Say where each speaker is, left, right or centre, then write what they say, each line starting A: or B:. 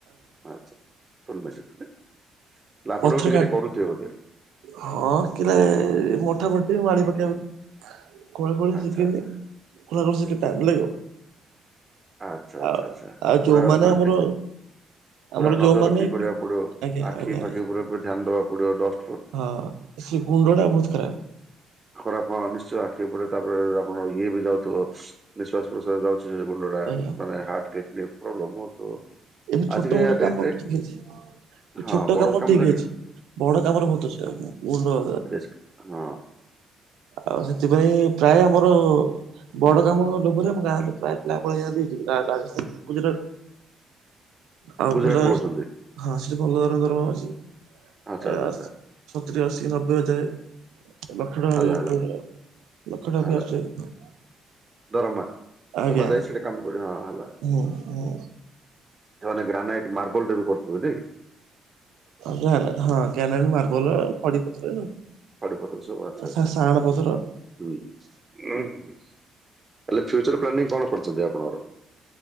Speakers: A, on the right; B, on the right.
A: ଆଚ୍ଛା ଟୋଲ ମେସିନ। ଆପଣ
B: ପଥରା
A: ବି ଟିକେ ଟିକେ କରୁଥିବେ ବୋଧେ
B: ହଁ କିିଲା ମୋଥାମୋଟି ମାଡ଼ି ପକେଇବାକୁ କଳେ କଳେ
A: ଆଚ୍ଛା
B: ସିଖିନି
A: ଆଚ୍ଛା
B: କଳେ ଶିଖି ଟାଇମ୍ ଲାଗିବ।
A: ଆଚ୍ଛା ଆଚ୍ଛା
B: ଆଉ
A: ଆଚ୍ଛା
B: ଆଉ ଯୋଉମାନେ
A: ପୁରା ମାନେ
B: ଆମର
A: ତିକ୍
B: ଆମର
A: ପୁରା ନଜର
B: ଯୋଉମାନେ
A: ରଖିକି କରିବାକୁ ପଡିବ
B: ଆଜ୍ଞା
A: ଆଖି
B: ଆଜ୍ଞା
A: ଫାଖି ଉପୁରେ ଧ୍ୟାନ ଦବାକୁ ପଡିବ ଡଷ୍ଟ୍
B: ହଁ ସେ ଗୁଣ୍ଡ ଟା ବହୁତ ଖ
A: ଖରାପ ନିଶ୍ଚୟ ଆଖି ଉପରେ ତାପରେ ଆପଣ ବି ଇଏ ବି ଯାଉଥିବ ନିଶ୍ବାସ ପ୍ରଶ୍ୱାସ ଯାଉଚି ଗୁଣ୍ଡ ଟା
B: ଆଜ୍ଞା।
A: ମାନେ ହାର୍ଟ କିଡନୀ ପ୍ରୋବ୍ଲେମ ହଉଥିବ।
B: ଏମିତି ଛୋଟ
A: ଆଜିକା
B: ମୋଟ
A: ଡେଟ୍
B: କାମ
A: ରେ
B: ଠିକ ଅଛି
A: ହଁ
B: ଛୋଟ
A: ବଡ
B: କାମ ଠିକ
A: ଯାକେ
B: ଅଛି। ବଡ କାମରେ ମୁଁ ତ ସେଇଆ ନୁହଁ ଉନ
A: ରିସ୍କ ହଁ
B: ଆଉ ସେଥିପାଇଁ ପ୍ରାୟ ଆମର ବଡ଼ କାମ ଲୋଭରେ ଆମ ଗାଁ ପ୍ରାୟ ପିଲା ପଳେଇ ଆସି ଇଠିକି ରାଆ ରାଜସ୍ଥାନ ଗୁଜୁରାଟ ଆଉ
A: ଗୁଜୁରାଟ
B: ଭଲ
A: ପଳଉଛନ୍ତି
B: ହଁ ସେଠି ଭଲ ଦରମା ଅଛି ଏ
A: ଆଚ୍ଛା ଆଚ୍ଛା
B: ଆସ।
A: ଆଚ୍ଛା
B: ସତୁରି, ଅଶୀ, ନବେ ହଜାର। ଲକ୍ଷେ ଟଙ୍କା
A: ହେଲା
B: ଭଳିଆ
A: ହେଲା
B: ଥିବ ଲକ୍ଷେ ଟଙ୍କା
A: ହେଲା
B: ଆସୁଚି।
A: ଦରମା
B: ଆଜ୍ଞା।
A: ସେମାନେ ଯାଇ ସେଟା କାମ କର ହଁ ହେଲା
B: ଓ ହ।
A: ସେମାନେ ଗ୍ରାନାଇଟ୍ ମାର୍ବଲ ଟାଇପର ପଡିଥିବ ଟି?
B: ନା ନା ହଁ ଜ୍ଞାନାଇଟି, ମାର୍ବଲ, ଖଡି ପଥର।
A: ଖିଡି ପଥର ସବୁ ଆଛା ଆଚ୍ଛା।
B: ସା ସାହାଣ ପଥର
A: ହୁଁଉ ହୁ। ହେଲେ ଫ୍ୟୁଚର ପ୍ଲାନିଂ କଣ କରୁଛନ୍ତି ଆପଣଙ୍କର?